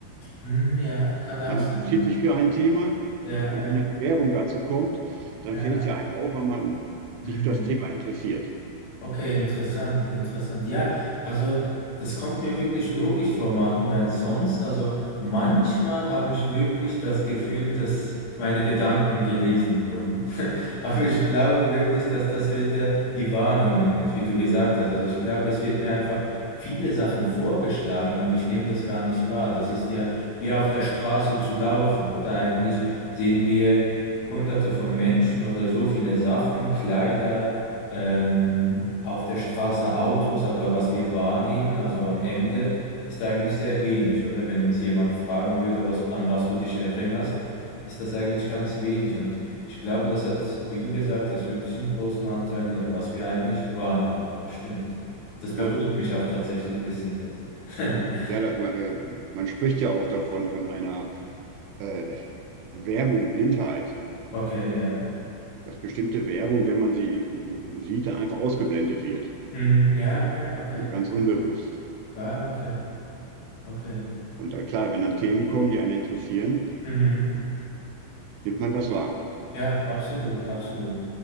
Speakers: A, on the left; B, on the right.
A: Hm, ja, kann auch
B: Man
A: sein.
B: interessiert sich für ein Thema
A: Ja,
B: und
A: ja,
B: wenn dann die Werbung dazu kommt, dann
A: ja.
B: fällt es ja einem auf, weil man
A: Hm.
B: sich für das Thema interessiert.
A: Okay, interessant, interessant. Ja, also das kommt mir wirklich logisch vor, Martin, weil sonst, also manchmal habe ich wirklich das Gefühl, dass meine Gedanken gelesen wurden. <laughs> Aber ich glaube wirklich, dass das wieder die Wahrnehmung ist, wie du gesagt hast. Also ich glaube, es wird mir einfach viele Sachen vorgeschlagen, aber ich nehme das gar nicht wahr. Das ist ja wie auf der Straße zu laufen oder eigentlich sehen wir Hunderte von Menschen oder so viele Sachen, Kleider ähm, auf der Straße Autos, aber was wir wahrnehmen, also am Ende, ist eigentlich sehr wenig, oder? Wenn uns jemand fragen würde, was, du- an was du dich erinnerst, ist das eigentlich ganz wenig. Und ich glaube, das hat, wie du gesagt hast, wirklich einen großen Anteil, ja, was wir eigentlich wahrnehmen. Das stimmt. Das beruhigt
B: Ja,
A: mich auch tatsächlich ein bisschen jetzt. <laughs>
B: ja, da, äh, man spricht ja auch davon, von einer äh, Werbung Blindheit,
A: Okay, ja.
B: dass bestimmte Werbung, wenn man sie äh, sieht, dann einfach ausgeblendet wird,
A: Mhm, ja, ja, okay.
B: so ganz unbewusst.
A: Ah, okay, okay.
B: Und dann, klar, wenn dann Themen kommen, die einen interessieren,
A: Mhm.
B: nimmt man das wahr
A: Ja, absolut, absolut.